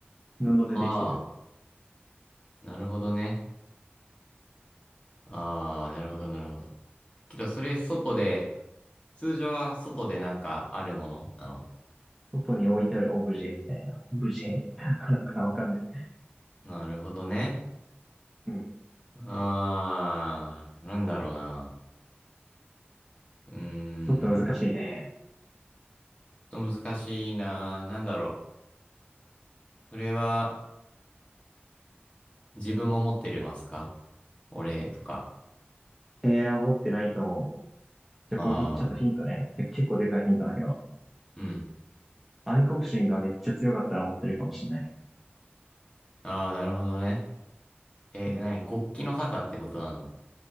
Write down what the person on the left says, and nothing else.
は
あ、なるほどね。ああ、なるほど、なるほど。けど、それ外で、通常は外でなんかあるものなの
なるほどね。
あー、なんだろうな。うー
ん。ちょっと難しいな。なんだろう。それは、自分も持ってるますかお礼とか。
あ
ー、うん。
ああ、なるほどね。え、
なに、国旗の旗ってことなの